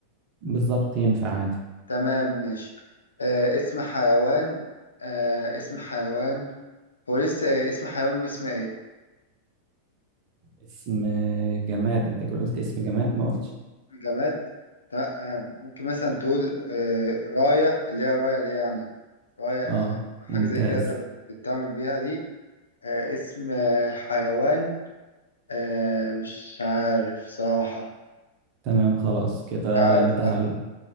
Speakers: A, on the right; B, on the left.
A: بالظبط ينفع عادي
B: تمام ماشي آه، اسم حيوان آه، اسم حيوان هو لسه آه، اسم حيوان واسم ايه
A: اسم جماد انت كده قلت اسم جماد ما قلتش
B: جماد تمام آه، ممكن مثلا تقول آه، راية اللي هي راية اللي هي يعني راية يعني
A: اه
B: حاجة
A: ممتاز
B: زي كده انت بت- بتعمل بيها دي آه، اسم آه، حيوان آه، مش عارف صراحة
A: تمام خلاص كده
B: مش عارف
A: انتهى ال...